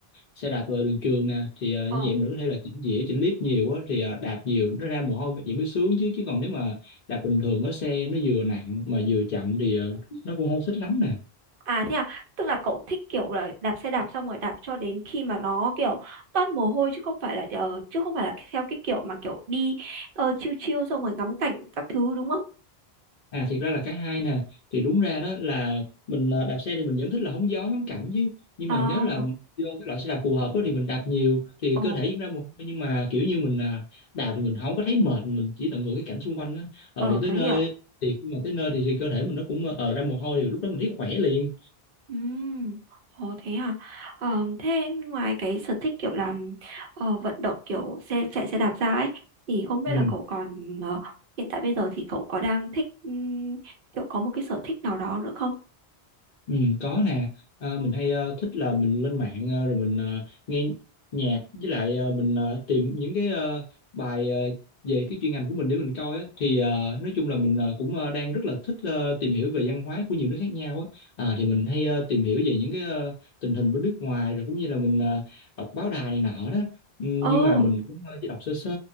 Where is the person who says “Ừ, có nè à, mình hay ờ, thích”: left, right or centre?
Left